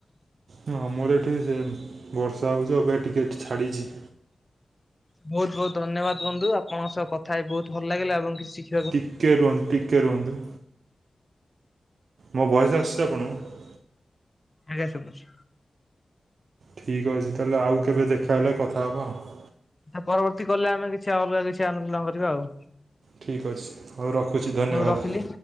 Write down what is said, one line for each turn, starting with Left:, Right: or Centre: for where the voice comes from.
Right: ହଁ, ଆମର ଏଠି ସେ ବର୍ଷା ହଉଚି, ଅବିକା ଟିକେଟ୍ ଏଠି ଛାଡ଼ିଚି।
Left: ବହୁତ ବହୁତ ଧନ୍ୟବାଦ ବନ୍ଧୁ, ଆପଣଙ୍କ ସହ କଥା ହେଇ ବହୁତ ଭଲ ଲାଗିଲା, ଏବଂ କିଛି ଶିଖ୍
Right: ଟିକେ ରୁହନ୍ତୁ, ଟିକେ ରୁହନ୍ତୁ। ମୋ ଭଏସ୍ ଆସିଛି ଆପଣଙ୍କୁ?
Left: ଆଜ୍ଞା ଶୁବୁଚି।
Right: ଠିକ୍ ଅଛି, ତାଲେ ଆଉ କେବେ ଦେଖାହେଲେ କଥା ହବା ଆ।
Left: ଆ ପରବର୍ତ୍ତୀ କଲ୍ ରେ, ଆମେ କିଛି ଅଲଗା କିଛି ଆଲୋଚନା କରିବା ଆଉ।
Right: ଠିକ୍ ଅଛି, ହଉ ରଖୁଚି, ଧନ୍ୟବାଦ।
Left: ମୁଁ ରଖିଲି।